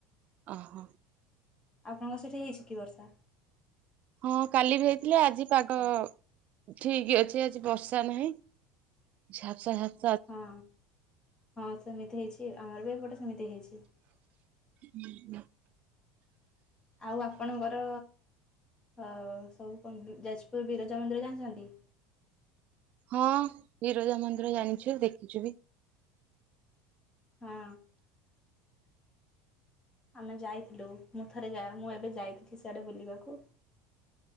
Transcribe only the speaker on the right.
ଅ ହୋ
ହଁ କାଲି ବି ହେଇଥିଲା, ଆଜି ପାଗ ଠିକ ଅଛି, ଆଜି ବର୍ଷା ନାହିଁ। ଝାପସା ଝାପ
ହୁଁ ହୁଁ।
ହଁ ବିରଜା ମନ୍ଦିର ଜାଣିଛୁ, ଦେଖିଛୁ ବି।